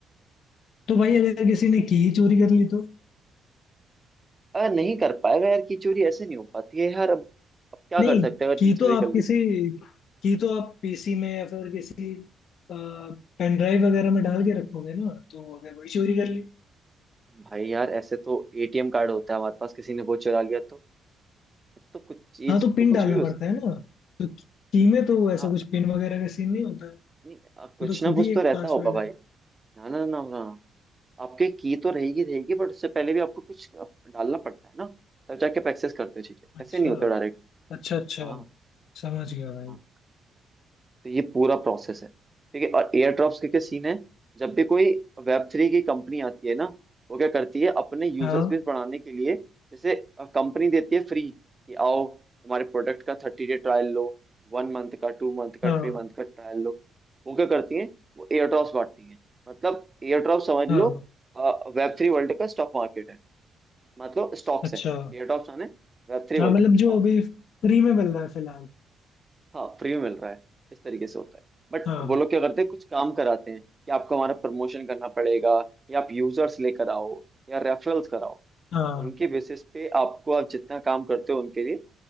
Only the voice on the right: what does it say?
अगर नहीं कर पाएगा यार की चोरी ऐसे नहीं हो पाती है यार अब अब क्या
कर सकते हैं अगर
की चोरी
कर ली
तो
भाई यार ऐसे तो एटीएम कार्ड होता है हमारे पास किसी ने वो चुरा लिया तो ऐसे तो कुछ चीज
तो कुछ
भी हो
हाँ
नहीं आ,
कुछ
ना कुछ
तो रहता
होगा भाई
ना ना ना ना आपके की तो रहेगी रहेगी बट उससे पहले भी आपको कुछ डालना पड़ता है ना तब जाके आप एक्सेस करते हो चीजें
ऐसे नहीं होता डायरेक्टली
हाँ
हाँ। तो ये पूरा प्रोसेस है ठीक है और एयर ड्रॉप्स के क्या सीन है जब भी कोई वेब थ्री की कंपनी आती है ना वो क्या करती है अपने यूजर्स
बेस बढ़ाने के लिए जैसे कंपनी देती है फ्री कि आओ हमारे प्रोडक्ट का थर्टी डे ट्रायल लो वन मंथ का टू मंथ का
थ्री मंथ का ट्रायल लो वो क्या करती है वो एयर ड्रॉप्स बांटती है मतलब एयर ड्रॉप समझ
लो वेब थ्री वर्ल्ड का स्टॉक मार्केट है मतलब स्टॉक्स
है एयर ड्रॉप्स माने वेब थ्री
वर्ल्ड
के स्टॉक
हाँ फ्री में मिल रहा है इस तरीके से होता है बट
वो लोग क्या करते हैं कुछ काम कराते हैं कि आपको हमारा प्रमोशन करना पड़ेगा या आप यूजर्स लेकर आओ या रेफरल्स कराओ
उनके बेसिस पे आपको आप जितना काम करते हो उनके लिए